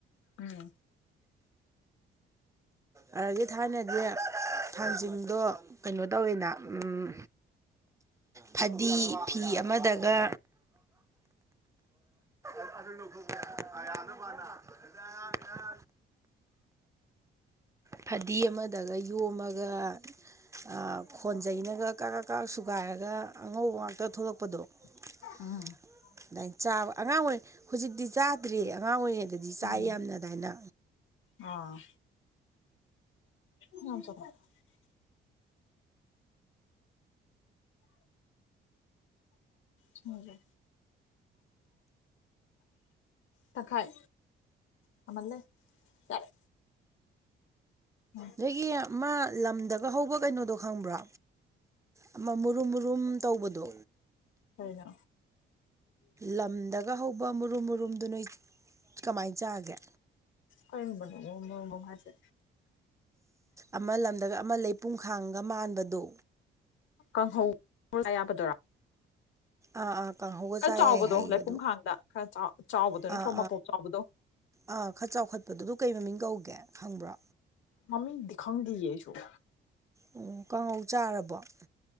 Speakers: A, on the left; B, on the right.
A: ꯎꯝ
B: ꯑꯗꯒꯤ ꯊꯥꯏꯅꯗꯤ ꯊꯥꯡꯖꯤꯡꯗꯣ ꯀꯩꯅꯣ ꯇꯧꯋꯤꯅ ꯝ ꯐꯗꯤ ꯐꯤ ꯑꯃꯗꯒ <inaudible> <unintelligible> ꯐꯗꯤ ꯑꯃꯗꯒ ꯌꯣꯝꯑꯒ ꯑꯥ ꯈꯣꯟꯖꯩꯅꯒ ꯀ ꯀ ꯁꯨꯒꯥꯏꯔꯒ ꯑꯉꯧꯕ ꯉꯥꯛꯇ ꯊꯣꯛꯂꯛꯄꯗꯣ
A: <unintelligible>
B: <unintelligible> ꯑꯗꯥꯏꯅ ꯆꯥꯕ ꯑꯉꯥꯡ ꯑꯣꯏꯔꯤꯉꯩ ꯍꯧꯖꯤꯛꯇꯤ ꯆꯥꯗ꯭ꯔꯤ ꯑꯉꯥꯡ ꯑꯣꯏꯔꯤꯉꯩꯗꯗꯤ ꯆꯥꯏ
A: ꯎꯝ
B: ꯌꯥꯝꯅ ꯑꯗꯥꯏꯅ꯫
A: ꯑꯥ <inaudible> <unintelligible> ꯁꯤꯡꯖꯦ ꯇꯪꯈꯥꯏ ꯌꯥꯝꯃꯜꯂꯦ꯫ ꯌꯥꯔꯦ ꯎꯝ
B: ꯅꯣꯏꯒꯤ ꯃꯥ ꯂꯝꯗꯒ ꯍꯧꯕ ꯀꯩꯅꯣꯗꯣ ꯈꯪꯕ꯭ꯔꯣ꯫ ꯑꯃ ꯃꯨꯔꯨꯝ-ꯃꯨꯔꯨꯝ ꯇꯧꯕꯗꯣ꯫
A: ꯀꯔꯤꯅꯣ
B: ꯂꯝꯗꯒ ꯍꯧꯕ ꯃꯔꯨꯝ ꯃꯔꯨꯝꯗꯨ ꯅꯣꯏ ꯀꯃꯥꯏꯅ ꯆꯥꯒꯦ꯫
A: ꯀꯔꯝꯕꯅꫭ ꯅꫭꯡꯃꫭꯝ ꯍꯥꯥꯏꯁꯦ꯫
B: ꯑꯃ ꯂꯝꯗꯒ ꯑꯃ ꯂꯩ ꯄꯨꯝꯈꯥꯡꯒ ꯃꯥꯟꯕꯗꯣ꯫
A: ꯀꯥꯡꯍꯧ ꯌꯥꯕꯗꫭꯔꫭ꯫
B: ꯑꯥ ꯑꯥ ꯀꯥꯡꯍꯧꯒ ꯆꯥ
A: ꯆꯥꯎꯕꯗꯣ
B: ꯌꯥꯏ ꯍꯥꯏꯌꯦ
A: ꯂꯩꯄꯨꯡꯈꯥꯡꯗ
B: ꯑꯗꯣ꯫
A: ꯈꯔ ꯆꯥꯎ ꯆꯥꯎꯕꯗꯣ ꯅꯠꯇ꯭ꯔꯣ
B: ꯑꯥ
A: ꯃꯄꯣꯛ ꯆꯥꯎꯕꯗꯣ꯫
B: ꯑꯥ ꯈꯠ ꯆꯥꯎꯈꯠꯄꯗꯨ ꯑꯗꯨ ꯀꯩ ꯃꯃꯤꯡ ꯀꯧꯒꯦ ꯈꯪꯕ꯭ꯔꯥ꯫
A: ꯃꯃꯤꯡꯗꯤ ꯈꯪꯗꯌꯤꯦ ꯑꯩꯁꯨꯨ꯫
B: ꯑꫭ ꯀꯥꯡꯉꯧ ꯆꯥꯔꯕꫭ꯫